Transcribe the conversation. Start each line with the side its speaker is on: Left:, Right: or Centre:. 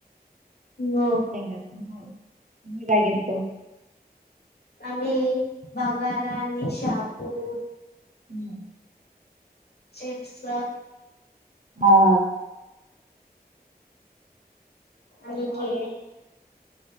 Left: हो.
Right: शेंगाच, <inaudible> तुम्ही काय केलंत?
Left: आम्ही बगारा आणि शापू.
Right: <unintelligible>
Left: चिप्स.
Right: हा.
Left: आणि
Right: मग
Left: केळी.